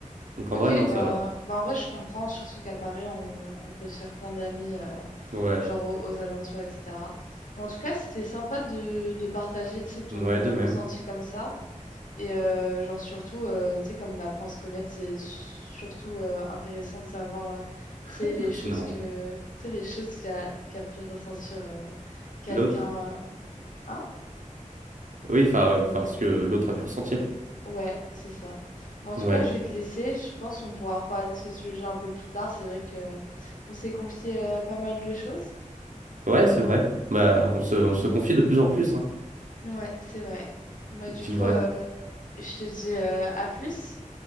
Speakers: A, on the right (about 70°); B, on the left (about 75°).
A: Donc en
B: Ok,
A: vrai, non,
B: bah,
A: ça va.
B: bah en vrai, je comprends, surtout qu'à Paris, on, on peut se faire plein d'amis, euh,
A: Ouais,
B: genre aux, aux alentours, etc. Mais en tout cas, c'était sympa de, de partager, tu sais, ton,
A: ouais,
B: ton
A: de même.
B: ressenti comme ça. Et euh, genre, surtout, euh, tu sais, comme on apprend à se connaître, c'est surtout euh, intéressant de savoir, euh,
A: Très
B: tu sais,
A: pertinent.
B: les choses que, tu sais, les choses qu'a qu'a pu ressentir euh, quelqu'un.
A: L'autre,
B: euh, hein
A: oui, enfin, euh, enfin, ce que l'autre a pu ressentir.
B: Ouais, c'est ça. Mais en tout
A: Ouais,
B: cas, je vais te laisser. Je pense qu'on pourra reparler de ce sujet un peu plus tard. C'est vrai que euh, on s'est confié euh, pas mal de choses.
A: ouais, c'est
B: Euh,
A: vrai. Bah, on se, on se confie de plus en plus, hein.
B: ouais, c'est vrai. Bah,
A: Est-il
B: du coup,
A: vrai?
B: euh, je te dis euh, à plus.